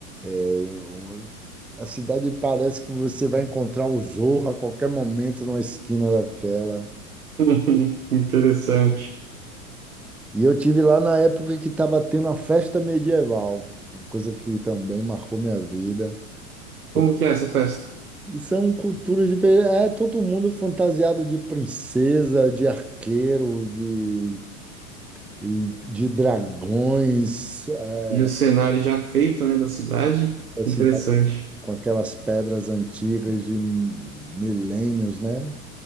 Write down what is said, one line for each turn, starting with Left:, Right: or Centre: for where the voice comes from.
Centre: Eu- A cidade parece que você vai encontrar o Zorro a qualquer momento numa esquina daquela.
Right: <laughs> Uhum, Interessante.
Centre: E eu tive lá na época que estava tendo a festa medieval, uma coisa que também marcou minha vida.
Right: Como
Centre: porque
Right: que é essa festa?
Centre: são culturas diferentes. É todo mundo fantasiado de princesa, de arqueiro, de, e- de dragões. É,
Right: E o cenário já feito, né, da cidade?
Centre: assim,
Right: Interessante,
Centre: com aquelas pedras antigas de milênios, né?